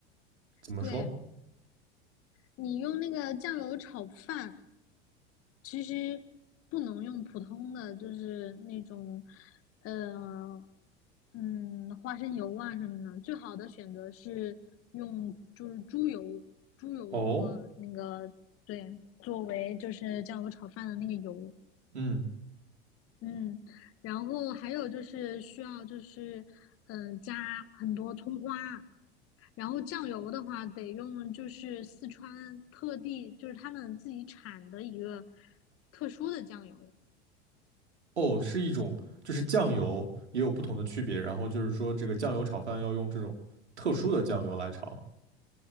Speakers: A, on the right (about 80°); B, on the left (about 45°).
A: 怎么说？
B: 对，你用那个酱油炒饭，其实不能用普通的，就是那种，呃，嗯，花生油啊什么的。最好的选择是用就是猪油，猪油做那个，
A: 哦，
B: 对，作为就是酱油炒饭的那个油。
A: 嗯，
B: 嗯，然后还有就是需要就是，嗯、加很多葱花，然后酱油的话，得用就是四川特地就是他们自己产的一个特殊的酱油。
A: 哦，是一种，就是酱油也有不同的区别，然后就是说这个酱油炒饭要用这种特殊的酱油来炒。